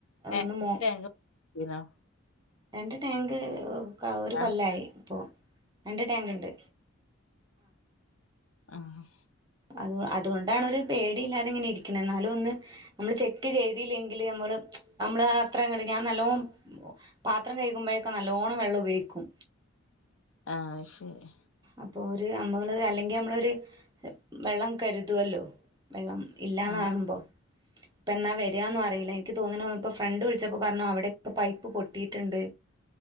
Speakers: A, on the left; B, on the right.
A: ഏ
B: ഒന്ന് മോ
A: ടാങ്ക് <unintelligible>
B: രണ്ട് ടാങ്ക് ഒ ഒരു
A: ആ
B: കൊല്ലായി ഇപ്പൊ രണ്ട് ടാങ്ക്ണ്ട്
A: ആഹ്
B: അതു അതുകൊണ്ടാണ് ഒരു പേടി ഇല്ലാതെ ഇങ്ങനെ ഇരിക്ക്ണേ എന്നാലും ഒന്ന് അമ്മള് ചെക്ക് ചെയ്തില്ലെങ്കില് അമ്മള് അമ്മള് ആ അത്രങ്ങണ്ട് ഞാൻ നല്ലോം പാത്രം കഴികുമ്പോഴൊക്കെ നല്ലോണ്ണം വെള്ളം ഉപയോഗിക്കും
A: ആഹ് അയ്ശെരി
B: അപ്പോ ഒരു അമ്മള് അല്ലെങ്കി നമ്മളൊരു വെള്ളം കരുതുവല്ലോ വെള്ളം ഇല്ലാന്ന്
A: ആ
B: കാണുമ്പോ ഇപ്പെന്നാ വരാന്ന് അറിയില്ല എനിക്ക് തോന്നുണു ഇപ്പൊ ഫ്രണ്ട് വിളിച്ചപ്പോ പറഞ്ഞു അവിടൊക്കെ പൈപ്പ് പൊട്ടീട്ടുണ്ട്